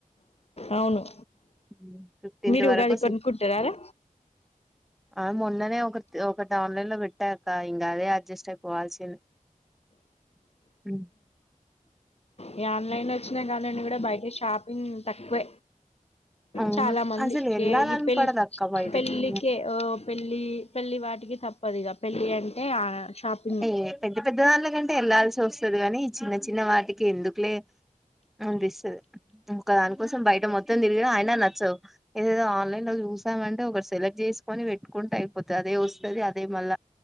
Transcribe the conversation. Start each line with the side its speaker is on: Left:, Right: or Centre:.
Left: అవును
Centre: ఉమ్ ఫిఫ్టీంత్
Left: మీరు
Centre: వరకు
Left: ఉగాది కొనుక్కుంటారారా
Centre: సి ఆ మొన్ననే తె ఒకటి ఆన్లైన్ లో పెట్టాక ఇంకా అదే అడ్జస్ట్ అయిపోవాల్సిన్ అ
Left: ఈ ఆన్లైన్ లొచ్చినకాడనుండి కూడా బయట షాపింగ్ తక్కువే
Centre: అవును
Left: చాలా మంది
Centre: అసలు వెళ్ళాలని
Left: ఏం ఈ పెళ్ళ్
Centre: పడదు అక్క బయటకి
Left: పెళ్ళికే ఓ పెళ్ళి పెళ్లి వాటికి తప్పదిగ పెళ్ళి అంటే ఆన షాప్
Centre: ఏయ్యె పెద్ద పెద్ద దాన్లకంటే ఏళ్లాల్సొస్ స్తది కాని చిన్న చి చిన్న వాటికి ఎందుకులే అనిపిస్తది ఇంకా దానికోసం బయట మొత్తం తిరిగిన ఆయిన నచ్చవు ఇదేదో ఆన్లైన్ లో చూసామంటే ఒకటి సెలెక్ట్ చేసుకొని పెట్టుకుంటే అయిపోతాది అదే వస్తది అదే మళ్ళ